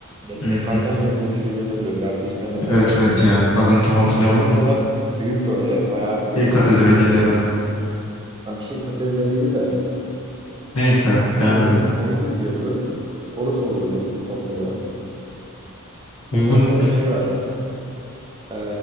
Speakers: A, on the right; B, on the left.
A: Me-
B: hmm,
A: Metalden yapılmış gibi ne duruyordu. Belki de cidden metalden
B: Evet
A: yapılmıştır.
B: evet ya. Adını tam hatırlamadım
A: Onun kadar
B: da.
A: büyük böyle bayağı görkemli
B: Bir katedraliydi
A: bir yapı.
B: herhalde.
A: Yani Bir şey katedraliydi de.
B: Neyse devam
A: İşte onun,
B: edelim.
A: onun gibi bir yapı. Orası olabilir Tokyo'da.
B: Uygun.
A: Ondan sonra şey var. Ee,